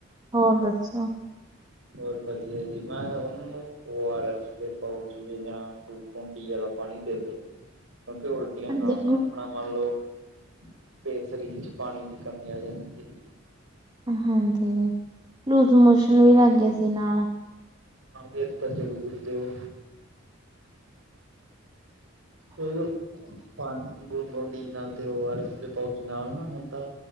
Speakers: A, on the right; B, on the right.
A: ਹੋਰ ਦੱਸੋ?
B: ਹੋਰ ਵਧੀਆ ਜੀ, ਮੈਂ ਕਿਹਾ ਉਹਨਾਂ ਨੂੰ ਉਹ ਆਰ ਏਸ ਦੇ ਪਾਊਚ ਜਾਂ ਤੁੰਡੀਆਂ ਵਾਲਾ ਪਾਣੀ ਦੇ ਦੋ, ਮੈ ਕਿਹਾ ਉਲ ਟਿਆ,
A: ਹਾਂਜੀ,
B: ਨਾਲ ਨਾ ਆਪਣਾ ਮੰਨ ਲਓ ਫੇਰ ਸਰੀਰ ਚ ਪਾਣੀ ਦੀ ਕਮੀ ਆ ਜਾਂਦੀ ਏ।
A: ਹਾਂਜੀ, ਲੂਜ਼ ਮੋਸ਼ਨ ਵੀ ਲੱਗ ਗਏ ਸੀ ਨਾਲ।
B: ਹਾਂ ਵੀਰ ਤਾਂ ਜ਼ਰੂਰ ਦਿਓ। ਉਹੀਓ ਪਾਣੀ ਗੋਲ ਗਡੀ ਨਾਲ ਤੇ ਓ ਆਰ ਐਸ ਦੇ ਪਾਉਚ ਨਾਲ ਨਾ ਹੁਣ ਤਾਂ